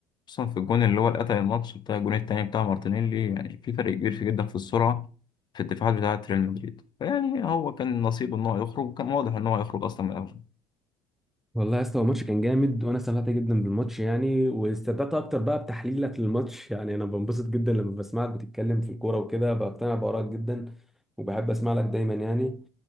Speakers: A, on the left; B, in the centre.
A: خصوصا في الجون اللي هو اللي قتل الماتش بتاع الجون التاني بتاع مارتينيلي يعني في فرق كبير في جدا في السرعة في الدفاعات بتاعة ريال مدريد فيعني هو كان نصيبه إن هو يخرج وكان واضح إن هو هيخرج أصلا من الأول
B: والله يا اسطى هو الماتش كان جامد وانا استمتعت جدا بالماتش يعني واستمتعت اكتر بقى بتحليلك للماتش يعني انا بنبسط جدا لما بسمعك بتتكلم في الكوره وكده بقتنع بارائك جدا وبحب اسمع لك دايما يعني